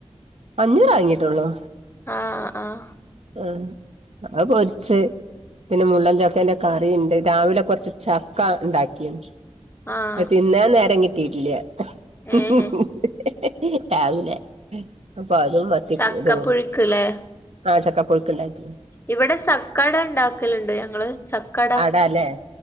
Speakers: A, on the right (about 70°); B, on the left (about 20°).
A: അഞ്ഞൂറേ വാങ്ങീട്ടുള്ളൂ.
B: ആഹ് ആഹ്.
A: ആഹ് അത് പൊരിച്ച്. പിന്നെ മുള്ളൻ ചക്കേന്റെ കറീണ്ട് രാവിലെ കൊറച്ച് ചക്ക ഇണ്ടാക്കിയത്.
B: ആഹ്
A: അത് തിന്നാൻ നേരം കി <unintelligible>
B: ഏഹ്
A: രാവിലെ. അപ്പ അതും മത്തി
B: ചക്കപ്പുഴുക്ക്ല്ലേ
A: <unintelligible> ആഹ് ചക്ക പുഴുക്ക് ഇണ്ടാക്കിന്.
B: ഇവിടെ സക്ക അട ഇണ്ടാക്കലുണ്ട് ഞങ്ങള്. ചക്കട
A: അട അല്ലേ.